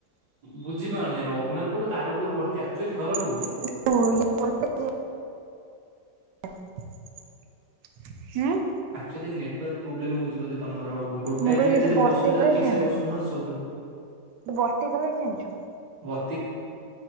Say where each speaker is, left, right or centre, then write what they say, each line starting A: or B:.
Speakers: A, on the right; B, on the right.
A: ବୁଝିପାରୁନି ରଘୁନାଥପୁର, ତାରପୁର, ବର୍ତ୍ତି ଆକ୍ଚୁଆଲି ଘର କୋଉଠି?
B: <inaudible> ଉଁ?
A: ଆକଚୁଆଲି ନେଟୱାର୍କ ପ୍ରୋବ୍ଲେମ ହଉଛି ବଧେ ତମର ଆଉ, ଗୋଟାଏ
B: ମୁଁ କହିଲି
A: ଜାଗା ଯଦି
B: ତୁ ବର୍ତ୍ତି
A: ବସୁଛ
B: କଲେଜ
A: ଠିକ
B: ଜାଣିଛୁ
A: ସେ ବସୁନ ସୁଭୁନି
B: ତୁ ବର୍ତ୍ତି କଲେଜ ଜାଣିଛୁ?
A: ବର୍ତ୍ତି